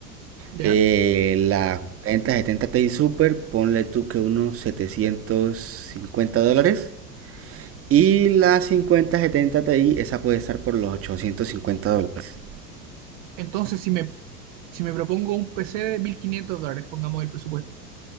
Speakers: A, on the right (about 50°); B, on the right (about 30°).
A: ¿Ya?
B: Eh, la 4070 Ti Super, ponle tú que unos 750 dólares. Y la 5070 Ti, esa puede estar por los 850 dólares.
A: Entonces, si me, si me propongo un PC de 1.500 dólares, pongamos el presupuesto,